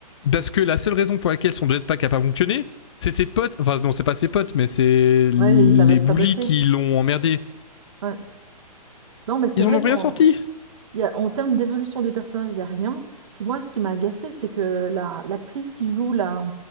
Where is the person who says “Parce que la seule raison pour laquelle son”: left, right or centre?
Left